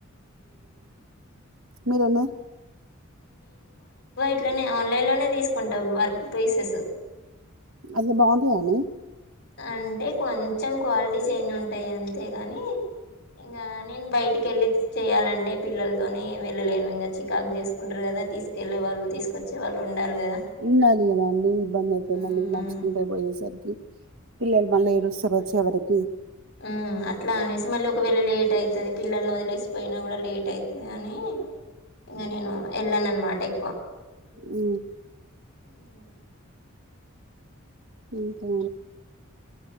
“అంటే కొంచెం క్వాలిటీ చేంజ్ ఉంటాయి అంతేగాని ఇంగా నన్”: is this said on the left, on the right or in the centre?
Left